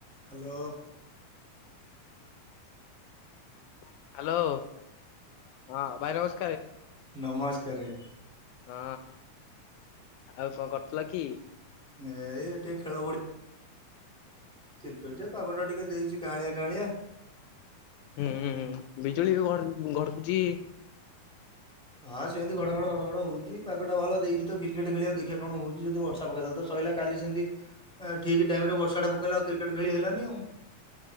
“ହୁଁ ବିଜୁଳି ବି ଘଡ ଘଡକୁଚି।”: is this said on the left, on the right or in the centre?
Left